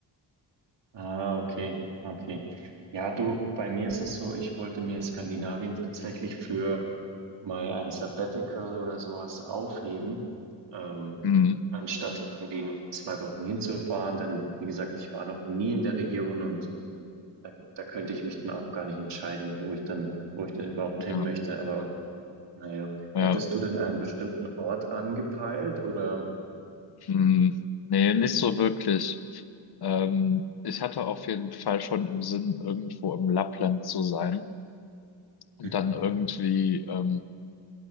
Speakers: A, on the right (about 70°); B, on the left (about 60°).
A: Ah, okay. Okay. Ja, du, bei mir ist es so, ich wollte mir Skandinavien tatsächlich für mal ein Sabbatical oder sowas aufheben, ähm,
B: Hm,
A: anstatt irgendwie nur für zwei Wochen hinzufahren. Denn wie gesagt, ich war noch nie in der Region und da, da könnte ich mich dann auch gar nicht entscheiden, wo ich dann, wo ich dann überhaupt hin
B: ja,
A: möchte. Aber naja,
B: ja,
A: hättest du denn einen bestimmten Ort angepeilt oder?
B: hm, nee, nicht so wirklich. Ähm, ich hatte auf jeden Fall schon im Sinn, irgendwo im Lappland zu sein und
A: Mhm.
B: dann irgendwie, ähm,